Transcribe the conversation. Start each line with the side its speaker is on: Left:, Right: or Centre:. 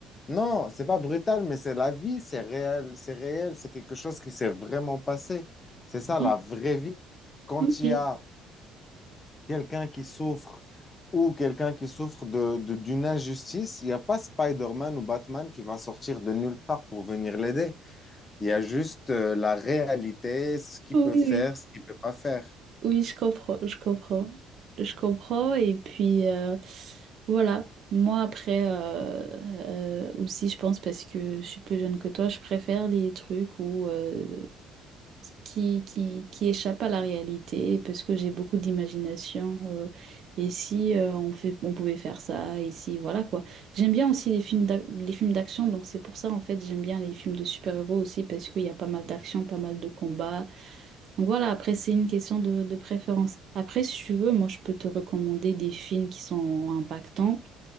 Left: Non, c'est pas brutal, mais c'est la vie, c'est réel, c'est réel, c'est quelque chose qui s'est vraiment passé. C'est ça
Right: Ouais,
Left: la vraie vie. Quand
Right: Ok.
Left: il y a quelqu'un qui souffre ou quelqu'un qui souffre de, de- d'une injustice, il n'y a pas Spider-Man ou Batman qui va sortir de nulle part pour venir l'aider. Il y a juste euh, la réalité, ce qu'il
Right: Oh,
Left: peut
Right: oui,
Left: faire,
Right: oui.
Left: ce qu'il peut pas faire.
Right: Oui, je comprends, je comprends. Je comprends. Et puis, euh, voilà. Moi, après, euh, euh, aussi, je pense, parce que je suis plus jeune que toi, je préfère les trucs où, euh, qui, qui, qui échappent à la réalité, parce que j'ai beaucoup d'imagination. euh, et si euh, on fait, on pouvait faire ça, et si, voilà quoi. J'aime bien aussi les films d'ac- les films d'action, donc c'est pour ça, en fait, j'aime bien les films de super-héros aussi, parce qu'il y a pas mal d'action, pas mal de combats. Donc voilà, après, c'est une question de, de préférence. Après, si tu veux, moi, je peux te recommander des films qui sont impactants.